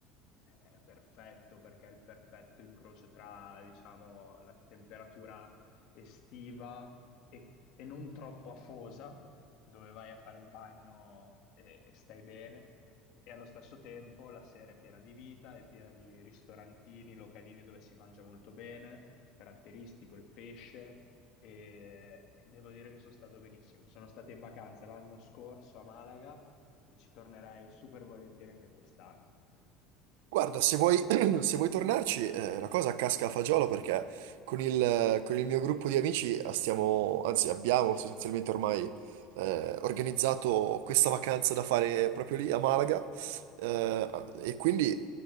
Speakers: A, on the left; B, on the right.
A: è, è perfetto perché è il perfetto incrocio tra, diciamo, la temperatura estiva e, e non troppo afosa, dove vai a fare il bagno e, e stai bene. E allo stesso tempo la sera è piena di vita, è piena di ristorantini, localini dove si mangia molto bene, caratteristico, il pesce e, e devo dire che sono stato benissimo. Sono stato in vacanza l'anno scorso a Malaga e ci tornerai super volentieri anche quest'anno.
B: Guarda, se vuoi, <clears throat> se vuoi tornarci, eh, la cosa casca a fagiolo perché con il, con il mio gruppo di amici eh, stiamo, anzi abbiamo sostanzialmente ormai eh, organizzato questa vacanza da fare proprio lì a Malaga eh, e quindi